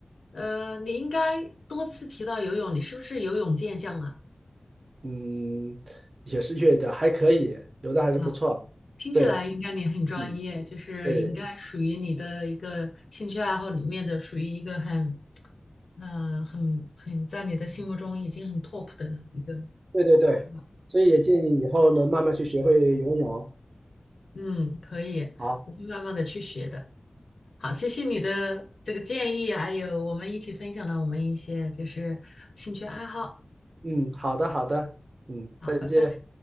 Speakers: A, on the left; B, on the right.
A: 呃，你应该多次提到游泳，你是不是游泳健将啊？
B: 嗯，也是越的，还可以，有的还是不错。
A: 啊，听起来应该你很专业，
B: 对，嗯，
A: 就是应该属于你的一个兴趣爱好里面的，
B: 对
A: 属于一个很，呃，很很在你的心目中已经很 top 的一个，
B: 对对对，
A: 是吧？
B: 所以也建议以后呢，慢慢去学会游泳。
A: 嗯，可以，
B: 好，
A: 我会慢慢的去学的。好，谢谢你的这个建议，还有我们一起分享了我们一些就是兴趣爱好。
B: 嗯，好的好的，嗯，
A: 好，
B: 再见。
A: 拜拜。